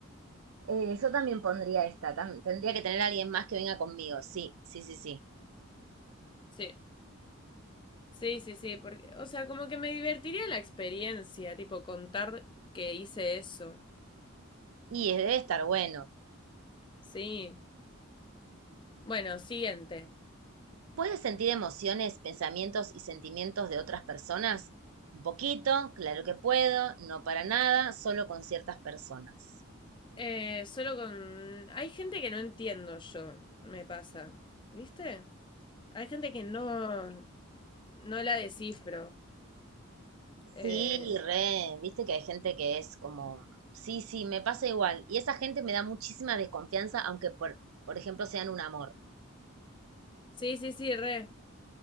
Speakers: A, on the right; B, on the left.
A: Eh, yo también pondría esta, tam- tendría que tener a alguien más que venga conmigo, sí, sí, sí, sí.
B: Sí. Sí, sí, sí, porque, o sea, como que me divertiría la experiencia, tipo contar que hice eso.
A: Y es- debe estar bueno.
B: Sí. Bueno, siguiente.
A: ¿Puedes sentir emociones, pensamientos y sentimientos de otras personas? Un poquito, claro que puedo, no para nada, solo con ciertas personas.
B: Eh, solo con... Hay gente que no entiendo yo, me pasa. ¿Viste? Hay gente que no, no la descifro.
A: Sí,
B: Eh,
A: re, viste que hay gente que es como, sí, sí, me pasa igual. Y esa gente me da muchísima desconfianza, aunque por, por ejemplo sean un amor.
B: sí, sí, sí, re.